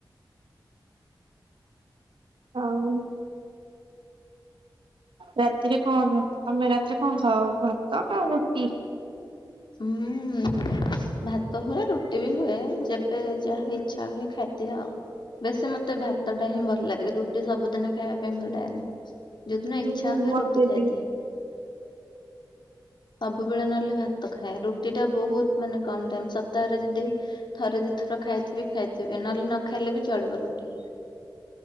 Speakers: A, on the right; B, on the left.
A: ଆଉ ରାତିରେ କଣ ଖାଅ। ତମେ ରାତିରେ କଣ ଖାଅ ଭାତ ନା ରୁଟି?
B: ହୁଁ। ଭାତ ହୁଏ ରୁଟି ବି ହୁଏ ଯେବେ ଯାହା ଇଚ୍ଛା ହୁଏ ଖାଇଦିଏ ଆଉ। ବେଶୀ ମତେ ଭାତ ଟା ହିଁ ଭଲ ଲାଗେ। ରୁଟି ସବୁଦିନ ଖାଇବା ପାଇଁ ଭଲ ଲାଗେନି। ଯୋଉଦିନ
A: ହୁଁ
B: ଇଚ୍ଛା ହୁଏ
A: ମତେ
B: ରୁଟି ଖାଇଦିଏ
A: ବି
B: ସବୁବେଳେ ନହେଲେ ଭା ତ ଖାଏ ରୁଟି ଟା ବୋହୁତ ମାନେ କମ ଟାଇମ୍ ସପ୍ତାହରେ ଯଦି ଥରେ ଦିଇ ଥର ଖାଇଥିବି ଖାଇଥିବି ନହେଲେ ନ ଖାଇଲେ ବି ଚଳିବ ରୁଟି।